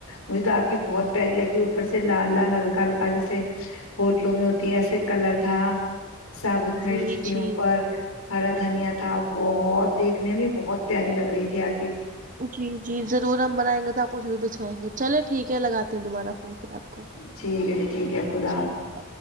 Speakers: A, on the left; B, on the right.
A: مجھے تو آپ کی بہت پیاری لگی اوپر سے لال لال ہلکا ہلکا جیسے ہوٹلوں میں ہوتی ہے ایسے کلر تھا ثابوت مرچ
B: جی
A: تھی
B: جی
A: اوپر ہرا دھنیا تھا بہت دیکھنے میں بہت پیاری لگ رہی تھی آ
B: جی جی ضرور ہم منائیں گے تو آپ کو ضرور بچ چلے ٹھیک ہے لگاتے ہے دوبارہ فون پھر آپ کو
A: ٹھیک ہے جی ٹھیک ہے خدا
B: ٹھیک
A: حافظ
B: ہے،